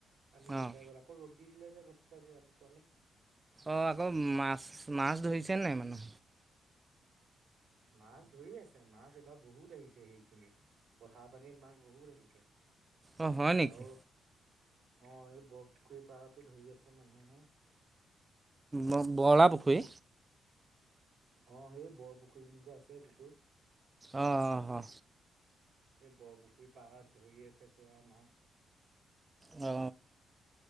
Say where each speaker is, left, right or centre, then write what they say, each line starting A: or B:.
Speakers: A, on the right (about 55°); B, on the right (about 20°).
A: পানী
B: অঁ
A: শুকাই গ'ল আকৌ ৰদ দি দিলে যে গপকে আজি ৰাতিপুৱালে
B: অঁ আকৌ মাছ মাছ ধৰিছে নাই মানে
A: মাছ ধৰি আছে মাছ এবাৰ বহুত আহিছে সেইখিনিত পথাৰ পানীত মাছ বহুত আহিছে
B: অ হয় নেকি
A: আৰু অ এই বৰপুখুৰী পাৰতো ধৰি আছে মানুহে
B: ব বৰলা পুখুৰী
A: অ সেই বৰপুখুৰী বিল যে আছে যিটো
B: অঁ অ অ
A: এই বৰপুখুৰী পাৰত ধৰি আছে পুৰা মাছ
B: অ